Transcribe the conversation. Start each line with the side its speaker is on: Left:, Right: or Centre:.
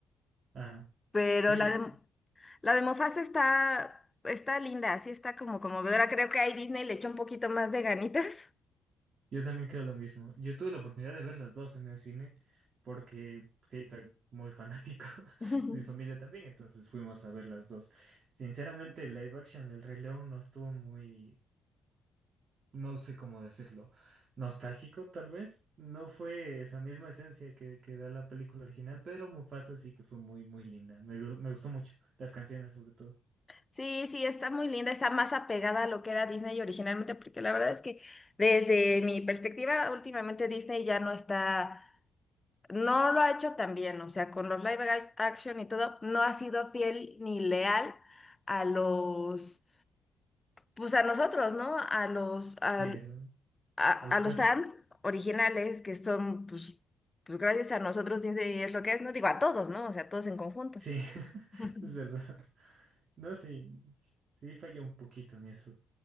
Right: Ajá.
Left: Pero
Right: Sí,
Left: la de, la de Mufasa está, está linda, así está como conmovedora. Creo que ahí Disney le echó un poquito más de ganitas.
Right: yo también creo lo mismo. Yo tuve la oportunidad de ver las dos en el cine porque sí, soy muy fanático <laughs>
Left: <laughs>
Right: y mi familia también, entonces fuimos a ver las dos. Sinceramente, el live action del Rey León no estuvo muy, no sé cómo decirlo, nostálgico tal vez. No fue esa misma esencia que, que da la película original, pero Mufasa sí que fue muy, muy linda. Me, gu- me gustó mucho, las canciones sobre todo.
Left: Sí, sí, está muy linda, está más apegada a lo que era Disney originalmente, porque la verdad es que desde mi perspectiva, últimamente Disney ya no está, no lo ha hecho tan bien, o sea, con los live ac- action y todo, no ha sido fiel ni leal a los pues a nosotros, ¿no? A los, al-
Right: Eh,
Left: a,
Right: a los
Left: a los
Right: clásicos.
Left: fans originales que son, pues, pues gracias a nosotros Disney es lo que es, no digo a todos, ¿no? O sea, todos en conjunto.
Right: Sí, <laughs>
Left: <laughs>
Right: es verdad. No, sí, sí falló un poquito en eso.